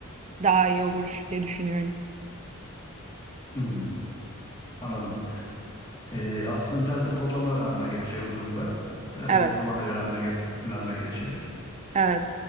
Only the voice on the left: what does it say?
Hmm, anladım. E, aslında biraz da kodlama öğrenme gerekiyor bu durumda. Biraz
yazılıma da öğrenme, ge- öğrenme gerekiyor.